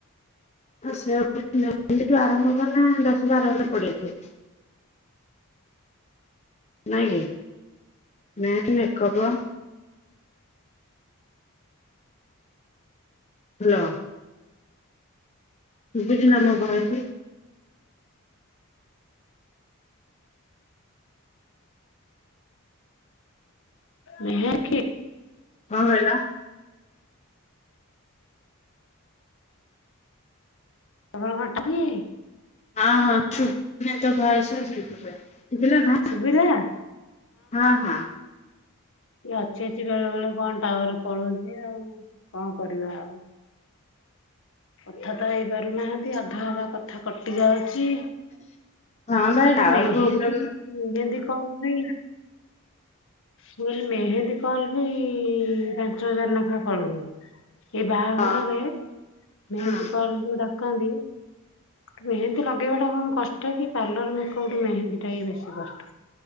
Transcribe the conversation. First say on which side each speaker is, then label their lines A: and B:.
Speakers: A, on the left; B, on the left.
A: ହଁ ସେ <inaudible> ମେହେନ୍ଦି ଠୁ ଆରମ୍ଭ କନେ ଦଶ ବାର ହଜାର ପଡ଼ି ଯାଇଥିବ। ନାଇଁ କି ମେନ ମେକଅପ। ହାଲୋ। ବୁଝିିଲ ନା ଭାଇ।
B: ମେହେ କି
A: କଣ କହିଲ?
B: ତମର ଘରଟା କି।
A: ଅ ହଁ ଛୁ। ନାଇ ତୋ ଭଏସ ସେଇଥିପାଇଁ ଶୁଭିଲା ନା
B: ସୁବିଧା
A: ହଁ ହଁ।
B: ଇଏ ଅଛି ଅଛି ବେଳେ ବେଳେ କଣ ଟାୱାର ପଳଉଛି ଆଉ କଣ କରିବା ଆଉ। କଥା ତ ହେଇପାରୁନାହାନ୍ତି ଅଧା ଅଧା କଥା କଟି ଯାଉଛି।
A: ହଁ
B: ମୁଁ
A: ବା
B: କହିଲି
A: ଟାୱାର
B: ମେହେନ୍ଦି
A: ପ୍ରୋବ୍ଲେମ
B: ମେହେନ୍ଦି କଲ ପାଇଁ। ମୁଁ କହିଲି ମେହେନ୍ଦୀ କଲ ବି ପାଞ୍ଚ ହଜାର ନେଖା ପଡୁନି। ଏଇ ବାହାଘରରେ
A: ହଁ
B: ମେହେନ୍ଦି
A: ହଁ।
B: କଲ ସବୁ ଡାକନ୍ତି। ମେହେନ୍ଦି ଲଗେଇବା ଟା କମ କଷ୍ଟ କି ପାର୍ଲର ମେକଅପ୍ ଠୁ ମେହେନ୍ଦୀ ଟା ହି ବେଶୀ କଷ୍ଟ।